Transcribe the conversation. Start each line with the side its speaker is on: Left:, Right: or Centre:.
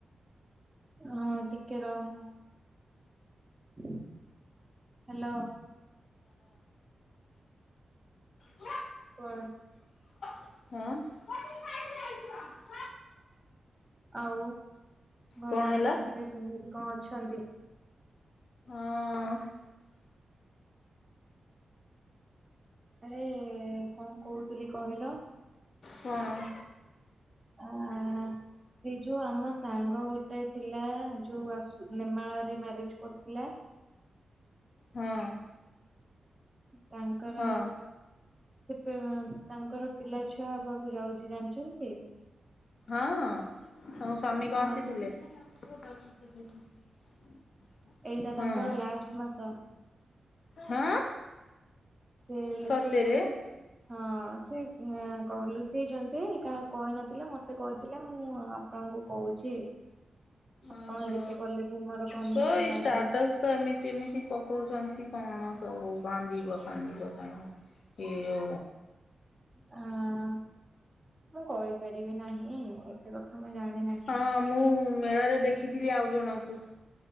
Right: ହଁ ଟିକେ ର ମୁ ହ୍ୟାଲୋ।
Left: ହଁ।
Right: କଣ?
Left: ଆଁ। <unintelligible>
Right: ଆଉ ଘରେ
Left: କଣ
Right: ସମସ୍ତେ
Left: ହେଲା
Right: କେମିତି କଣ ଅ ଅଛନ୍ତି?
Left: ହଁ।
Right: ଆରେ କଣ କହୁଥିଲି କହିଲ,?
Left: କଣ?
Right: ହ ସେ ଯୋଉ ଆମ ସାଙ୍ଗ ଗୋଟେ ଥିଲା ଯୋଉ ଆସେ ନେମାଳରେ ମ୍ୟାରେଜ କରିଥିଲା।
Left: ହଁ।
Right: ତାଙ୍କର
Left: ହଁ
Right: ସେ ପେ ତାଙ୍କର ପିଲା ଛୁଆ ହେବାକୁ ଯାଉଛି ଜାଣିଛନ୍ତି?
Left: ହଁ। ତାଙ୍କ
Right: ହଁ
Left: ସ୍ୱାମୀ କନ ଆସିଥିଲେ?
Right: ଏଇଟା ତାଙ୍କର
Left: ହଁ
Right: ଲାଷ୍ଟ ମାସ।
Left: ହଁ
Right: ସେ ଲୁଚେଇଛନ୍ତି
Left: ସତରେ
Right: ହଁ। ସେ ଲୁଚେଇଛନ୍ତି କାହାକୁ କହିନଥିଲେ ମତେ କହିଥିଲେ ମୁଁ ଆପଣଙ୍କୁ କହୁଛି
Left: ଓହୋ,
Right: ଆପଣ ଯେତେ କଲେ ବି ମୋର ଘନିଷ୍ଠ
Left: ତ ଏଇ
Right: ସାଙ୍ଗ।
Left: ଷ୍ଟାଟସ ତ ଏମିତି ଏମିତି ପକଉଛନ୍ତି। କଣ ସବୁ କାନ୍ଦିବ କାନ୍ଦିବ କଣ ଏ
Right: ହଁ ମୁଁ କହିପାରିବି ନାହିଁ। କଥା ମୁଁ ଜାଣି ନାହିଁ
Left: ହଁ ମୁଁ ମେଳାରେ ଦେଖିଥିଲି ଆଉ ଜଣଙ୍କୁ,